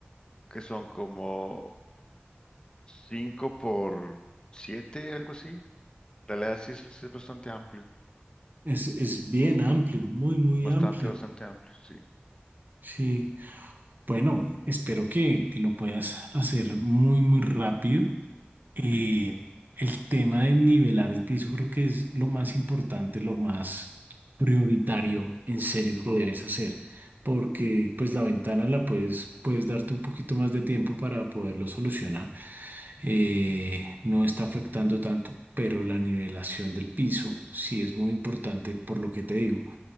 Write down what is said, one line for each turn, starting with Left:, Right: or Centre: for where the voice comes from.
Left: que son como 5 por 7 algo así. La realidad sí es, sí es bastante amplio,
Right: Es, es bien amplio, muy, muy
Left: bastante,
Right: amplio.
Left: bastante amplio, sí.
Right: Sí. Bueno, espero que, que lo puedas hacer muy, muy rápido. Eh, el tema de nivelar el piso creo que es lo más importante, lo más prioritario en serio que lo debes hacer, porque pues la ventana la puedes, puedes darte un poquito más de tiempo para poderlo solucionar. Eh, no está afectando tanto, pero la nivelación del piso sí es muy importante por lo que te digo.